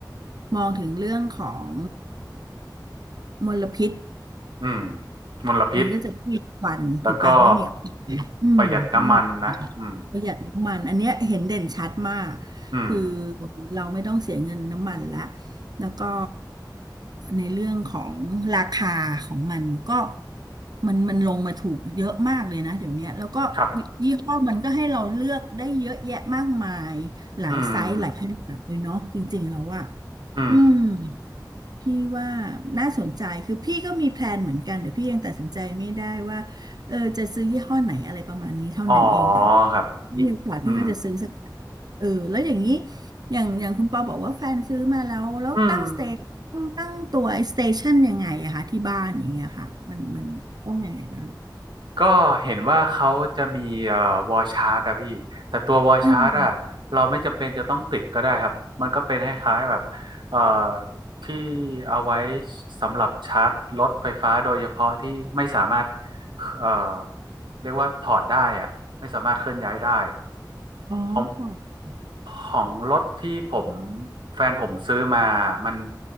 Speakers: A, on the right; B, on the right.
A: มองถึงเรื่องของมลพิษ
B: อืมมลพิษ
A: มันก็จะไม่มีควันถูกปะไม่มีควัน
B: แล้วก็
A: อืมไม่มีควันประหยัดน้ำมันอันเนี้ยเห็นเด่นชัดมาก
B: ประหยัดน้ำมันนะอืมอืม
A: คือเราไม่ต้องเสียเงินน้ำมันละแล้วก็ในเรื่องของราคาของมันก็มันมันลงมาถูกเยอะมากเลยนะเดี๋ยวเนี้ยแล้วก็
B: ครับ
A: ยี่ห้อมันก็ให้เราเลือกได้เยอะแยะมากมายหลายไซส์หลายขนาดเลยเนาะจริงๆแล้วอะ
B: อืมอืม
A: อืม พี่ว่าน่าสนใจคือพี่ก็มีแพลนเหมือนกันแต่พี่ยังตัดสินใจไม่ได้ว่าเออจะซื้อยี่ห้อไหนอะไรประมาณนี้เท่านั้นเองแต่
B: อ๋อครับ
A: มีโอกาสพี่ก็จะซื้อสักคันเออแล้วอย่างนี้
B: อืม
A: อย่างอย่างคุณปอบอกว่าแฟนซื้อมาแล้วแล้วตั้งสเต
B: อืม
A: ตั้งตั้งตัวไอสเตชันยังไงอะคะที่บ้านอย่างเงี้ยค่ะมันมันต้องยังไงกัน
B: ก็เห็นว่าเขาจะมีเอ่อวอลชาร์ตอะพี่แต่ตัววอลชาร์ตอะเราไม่จำเป็นจะต้องติดก็ได้ครับมันก็เป็นคล้ายๆแบบเอ่อ
A: เออ
B: ที่เอาไว้สำหรับชาร์จรถไฟฟ้าโดยเฉพาะที่ไม่สามารถเอ่อเรียกว่าถอดได้อะไม่สามารถเคลื่อนย้ายได้
A: อ๋อค่ะ
B: ของ ของรถที่ผมแฟนผมซื้อมามัน